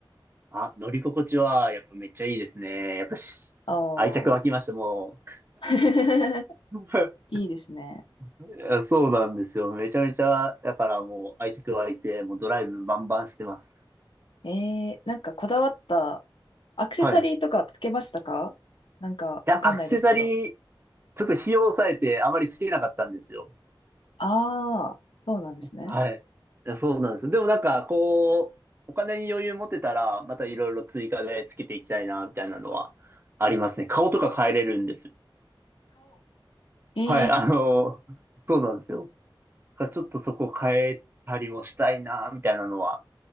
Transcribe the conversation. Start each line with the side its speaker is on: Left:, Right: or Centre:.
Right: 構、あ、乗り心地は、やっぱめっちゃいいですね。やっぱし、
Left: ああ。
Right: 愛着湧きました、も
Left: <laughs>
Right: う。<laughs>
Left: いいですね。
Right: いやそうなんですよ。めちゃめちゃ、だからもう愛着湧いて、もうドライブバンバンしてます。
Left: ええなんかこだわったアクセサリーとかつけましたかなんかわかんないですけど。
Right: はい。いや、アクセサリーちょっと費用を抑えてあまりつけなかったんですよ。
Left: ああ、そうなんですね。
Right: はい。いやそうなんですよ。でもなんか、こう、お金に余裕持てたら、またいろいろ追加でつけていきたいな、みたいなのはありますね。顔とか変えれるんですよ。
Left: 顔。
Right: はい、あの、
Left: ええ
Right: そうなんですよ。だからちょっとそこ変えたりもしたいな、みたいなのは